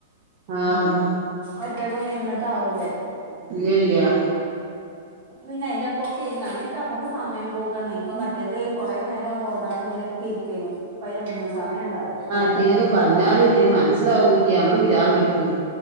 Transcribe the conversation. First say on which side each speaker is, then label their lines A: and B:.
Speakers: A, on the right; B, on the right.
A: ആഹ്
B: ഒറ്റക്കൊന്നും ഇരുന്നിട്ട് ആവൂ
A: ല്ല്യല്ല്യാ
B: പിന്നെ അയിന്റെപ്പൊക്കെ ഇരുന്ന് അങ്ങനൊക്കെ നമുക്ക് സമയം പോവുകയാണ് ഇപ്പൊ മറ്റേത് കൊറേ നേരം ഓതാനും ഇതിനൊക്കെ ക്കെ ഇര്ക്കേയ്നു ഇപ്പം അയിന് ഒന്നിനും സമയംണ്ടാവൂല
A: ഇറ്റിങ്ങക്ക് പർഞ്ഞാല് ഇറ്റിങ്ങൾക് മൻസ്സിലാവൂല്ല്യ നമ്മള് പിരാന്ത് പിടിക്കും